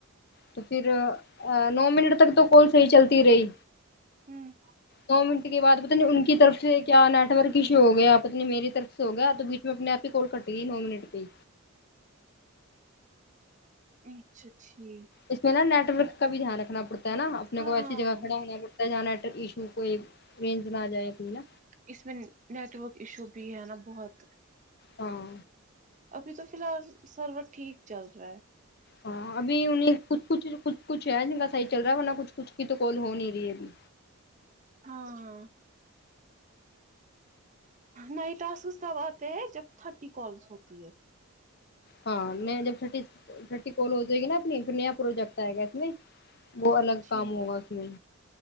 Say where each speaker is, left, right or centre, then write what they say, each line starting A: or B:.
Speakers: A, on the left (about 45°); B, on the right (about 35°).
A: تو پھر نو منٹ تک تو کال صحیح چلتی رہی
B: ہوں
A: نو منٹ کے بعد پتا نہیں ان کی طرف سے کیا نیٹ ورک ایشو ہو گیا آپ پتنی میری طرف سے ہو گیا تو بیچ میں اپنے آپ ہی کال کٹ گئی نو منٹ پہ ہی
B: اچھا ٹھیک
A: اس میں نا نیٹ ورک کا بھی دھیان رکھنا پڑتا ہے نا اپنے
B: ہاں
A: کو ایسی جگہ کھڑا ہونا پڑتا جا نیٹ ایشو کو رینج نہ آ جائے اپنی نا
B: اس میں نیٹورک ایشو بھی ہے نا بہت
A: ہاں
B: ابھی تو فی الحال سرور ٹھیک چل رہا ہے
A: ہاں ابھی انہیں کچھ کچھ کچھ کچھ ہے جن کا صحیح چل رہا ہے ورنہ کچھ کچھ کی تو کال ہو نہیں رہی ہے ابھی
B: ہاں نیۓ ٹاسکس کب آتے ہیں جب تھرٹی کالس ہوتی ہے
A: ہاں نیا جب تھرٹی تھرٹی کال ہو جائے گی نا اپنی پھر نیا پروجیکٹ آئے گا اس میں وہ الگ
B: ٹھیک
A: کام ہوگا اس میں